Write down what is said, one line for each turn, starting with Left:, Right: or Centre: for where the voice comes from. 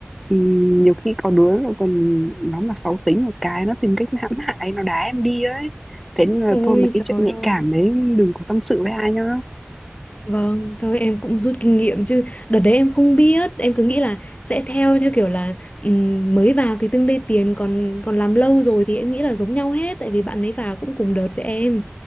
Centre: ừ, nhiều khi có đứa nó còn nó mà xấu tính một cái nó tìm cách hãm hại nó đá em đi ấy thế nên là
Left: ôi
Centre: thôi mà cái
Left: trời
Centre: chuyện nhạy
Left: ơi
Centre: cảm đấy đừng có tâm sự với ai nhá
Left: Vâng, thôi em cũng rút kinh nghiệm chứ đợt đấy em không biết, em cứ nghĩ là sẽ theo theo kiểu là ừm, mới vào thì tương đây tiền còn còn làm lâu rồi thì em nghĩ là giống nhau hết tại vì bạn ấy vào cũng cùng đợt với em.